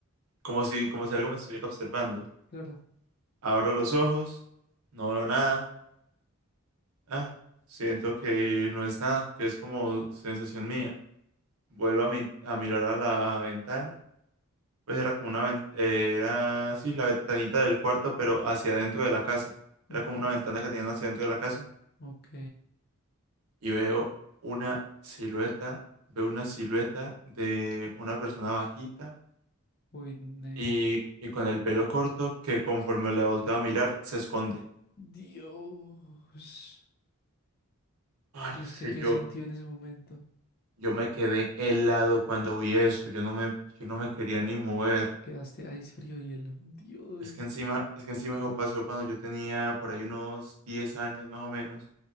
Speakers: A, on the right; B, on the left.
A: como si, como si algo me estuviera observando.
B: claro.
A: Abro los ojos, no veo nada, ah, siento que no es nada, que es como sensación mía. Vuelvo a, mi- a mirar a la ventana. Pues era como una ven- eh, era, sí, la ventanita del cuarto, pero hacia adentro de la casa.
B: mhm,
A: Era como una ventana que tenían hacia adentro de la casa.
B: Ok.
A: Y veo una silueta, veo una silueta de una persona bajita
B: Uy, nea.
A: y, y con el pelo corto que conforme le volteo a mirar, se esconde.
B: Dios.
A: Parce,
B: ¿Y usted qué
A: yo,
B: sintió en ese momento?
A: yo me quedé helado cuando vi eso. Yo no me, yo no me quería ni mover.
B: Quedaste ahí frío hielo. Dios.
A: Es que encima, es que encima eso pasó cuando yo tenía por ahí unos 10 años más o menos,